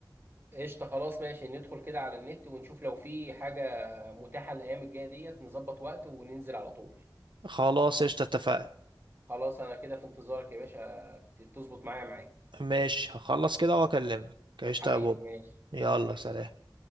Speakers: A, on the right; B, on the right.
A: قشطه خلاص ماشي ندخل كده على النت ونشوف لو في حاجه متاحه الايام الجايه ديت نظبط وقت وننزل على طول
B: خلاص قشطة اتفقنا
A: خلاص انا كده في انتظارك يا باشا تظبط معايا معاك
B: ماشي هخلص كده واكلمك قشطة
A: حبيبي
B: يا بوب
A: ماشي
B: يلا
A: سلام يا
B: سلام